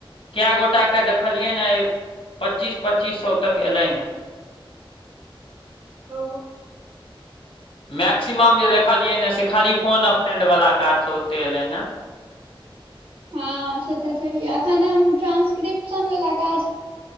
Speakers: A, on the left; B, on the right.
A: कए गोट के देखलियै ने पच्चीस पच्चीस सए तक एलै ह
B: ओ
A: मैक्सिमम जे देखलियै ने से खाली फोन फ्रेंड वालला काज छै ओते एलै ने
B: हँ से तऽ छैह एखन हम ट्रान्सक्रिप्शन वला काज